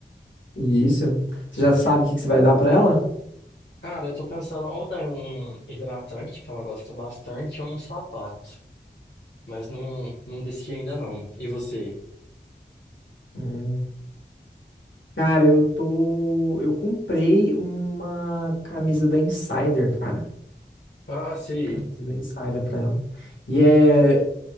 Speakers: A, on the left (about 85°); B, on the left (about 70°).
A: Isso. Você já sabe o que que você vai dar pra ela?
B: Cara, eu tô pensando ou dar um hidratante, que ela gosta bastante, ou um sapato. Mas não, não decidi ainda não. E você?
A: Hum. Cara, eu tô. Eu comprei uma camisa da Insider, cara.
B: Ah, sim.
A: Camisa da Insider pra ela. E é.